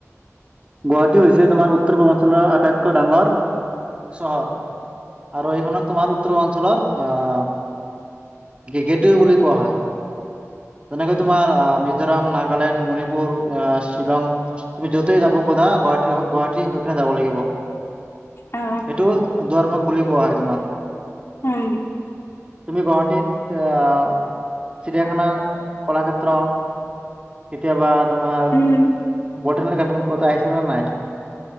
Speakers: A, on the right; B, on the left.
A: গুৱাহাটী হৈছে তোমাৰ উত্তৰ পূৰ্বাঞ্চলৰ আটাইতকৈ ডাঙৰ চহৰ আৰু এইখনক তোমাৰ উত্তৰ অঞ্চলৰ আহ গেটৱে বুলি কোৱা হয় তেনেকৈ তোমাৰ মিজোৰাম নাগালেণ্ড মণিপুৰ আহ শ্বিলং তুমি য'তেই যাব কোা গুৱাহ গুৱাহাটীৰ হৈকনে যাব লাগিব
B: অ
A: সেইটো দাৰমুখ বুলি কোৱা হয় তোমাৰ
B: উম
A: তুমি গুৱাহাটীত আহ চিৰিয়াখানা কলাক্ষেত্ৰ কেতিয়াবা তোমাৰ
B: উম
A: বটেনিক গাৰ্ডেন ক'ত আহিছিলা নে নাই?